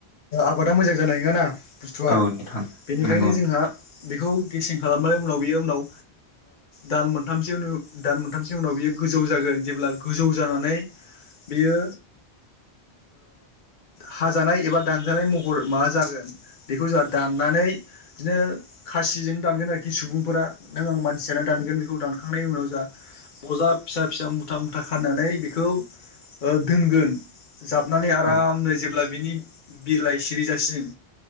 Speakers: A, on the left; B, on the left.
A: आबादा मोजां जानाय नङाना। बुस्थुआ
B: औ नोंथां
A: बेनिखायनो
B: नंगौ नोंथां
A: जोंहा बेखौ। गेसें खालामनाय उनाव बियो उनाव दान मोनथामसो दान मोनथाम सो उनाव बियो। जोन जेब्ला गोजौ जानानै बियो। हाजानाय एबा दानजानाय महर माबा जागोन बेखौ जोंहा दाननानै। दानै बिदिनो खासिजों दानगोन आरोखि सुबुंफोरा। नों आं मानसियानो दानगोन बेखौ दानखांनायनि उनाव जोंहा बजा। फिसा फिसा मुथा मुथा खानानै बेखौ ओ दोनगोन। जाबनानै आरामनो
B: औ
A: जेब्ला बिनि बिलाइ सिरिजासिम।